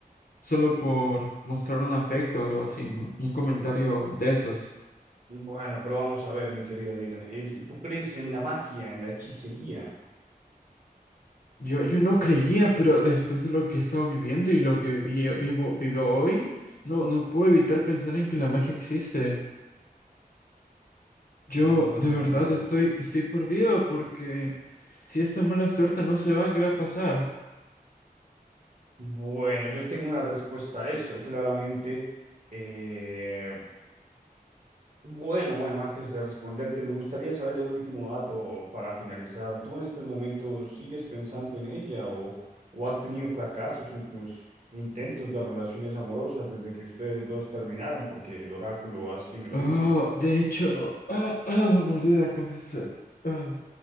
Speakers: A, on the left; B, on the right.
A: solo por mostrar un afecto o algo así, ¿no? Un comentario de esos.
B: bueno, pero vamos a ver, mi querido Dylan, ell- ¿tú crees en la magia, en la hechicería?
A: Yo, yo no creía, pero después de lo que he estado viviendo y lo que vi- vivo, vivo hoy, no, no puedo evitar pensar en que la magia existe. Yo
B: Mm,
A: de verdad estoy, estoy perdido porque si esta mala suerte no se va, ¿qué va a pasar?
B: bueno, yo tengo una respuesta a eso, claramente. Eh, bueno, bueno, antes de responderte, me gustaría saber ya un último dato para finalizar. ¿Tú en estos momentos sigues pensando en ella o, o has tenido fracasos en tus intentos de relaciones amorosas desde que ustedes dos terminaron? Porque el oráculo así me lo
A: Oh,
B: dice.
A: de hecho, ah, ah, me duele la cabeza. Ah,